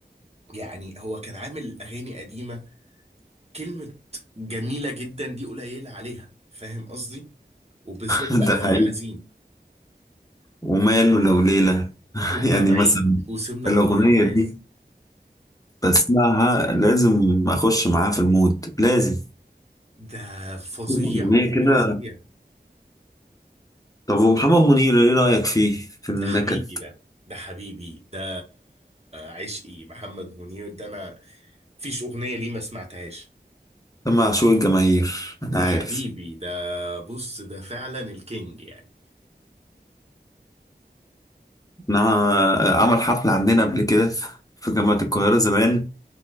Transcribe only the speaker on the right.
يعني هو كان عامل اغاني قديمه كلمة جميلة جدا دي قليلة عليها فاهم قصدي وبالذات
بقى في
الحزين
تهنا
بعيد
وسيبنا
كل الناس
ده فظيع
فظيع
ده حبيبي ده ده حبيبي ده عشقي محمد منير ده انا فيش اغنية ليه ما سمعتهاش
ده
حبيبي ده بص ده فعلا الكينج يعني